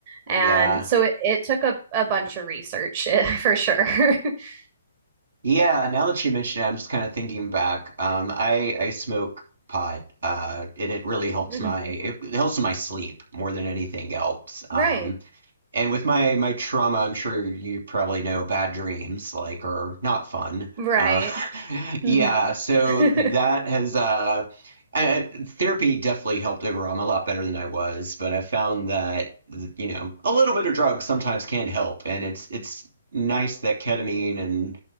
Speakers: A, on the right; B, on the right.
A: And
B: Yeah.
A: so it, it took a, a bunch of research <laughs> for sure. <laughs>
B: Yeah, now that you mention it, I'm just kind of thinking back. Um, I I smoke pot, uh, and it really helps
A: hmm
B: my it helps my sleep more than anything else. Um,
A: Right.
B: and with my my trauma, I'm sure you probably know bad dreams like are not fun.
A: Right.
B: Uh, <laughs> yeah,
A: hmm
B: so
A: <laughs>
B: that has uh, uh, therapy definitely helped overall. I'm a lot better than I was, but I found that you know a little bit of drugs sometimes can help, and it's it's nice that ketamine and